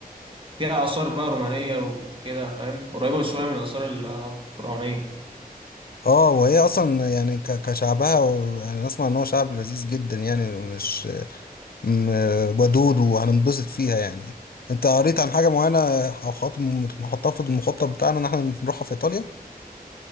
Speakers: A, on the right (about 35°); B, on the left (about 70°).
A: فيها آثار بقى رومانية وكده فاهم قريبة شوية من الآثار الفرعونية
B: اه وهي اصلا يعني ك- كشعبها و- يعني اسمع ان هو شعب لذيذ جدا يعني مش م- ودود وهننبسط فيها يعني انت قريت عن حاجه معينه او خط نحطها في المخطط بتاعنا ان احنا نروحها في ايطاليا